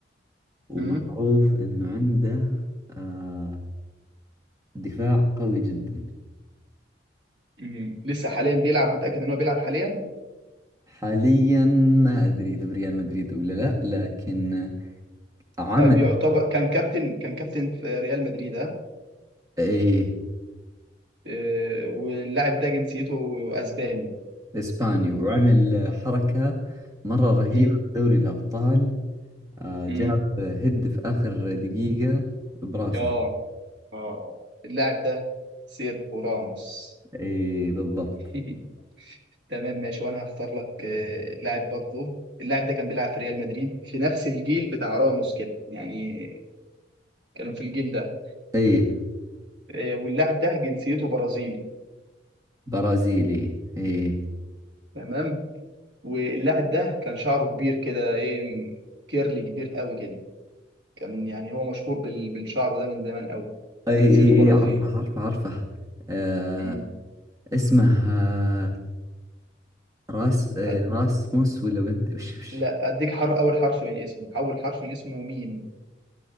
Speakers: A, on the right; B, on the right.
A: ومعروف
B: مم.
A: انه عنده آه دفاع قوي جدا
B: مم. لسه حاليا بيلعب متاكد ان هو بيلعب حاليا
A: حاليا ما ادري اذا في ريال مدريد ولا لا لكن عمل
B: طيب يعتبر كان كابتن كان كابتن في ريال مدريد ها
A: ايه
B: إيه واللاعب ده جنسيته اسباني
A: إسباني وعمل حركة مرة رهيبة
B: مم.
A: في دوري الأبطال آه،
B: امم
A: جاب هد في آخر دقيقة براسه
B: اه اه اللاعب ده سيرخو راموس
A: إيه بالضبط
B: <laughs> تمام ماشي وانا هختار لك آه، لاعب برضو اللاعب ده كان بيلعب في ريال مدريد في نفس الجيل بتاع راموس كده يعني كانوا في الجيل ده
A: إيه
B: آه، واللاعب ده جنسيته برازيلي
A: برازيلي إيه
B: تمام واللاعب ده كان شعره كبير كده ايه كيرلي كبير قوي كده كان يعني هو مشهور بال- بالشعر ده من زمان قوي
A: إيه
B: وجنسيته
A: إيه,
B: برازيلي
A: إيه عرفه عرفه عرفه آه
B: مم.
A: اسمه آه راس آه
B: أد-
A: راسموس ولا بنت وش وش
B: لا اديك حر اول حرف من اسمه اول حرف من اسمه ميم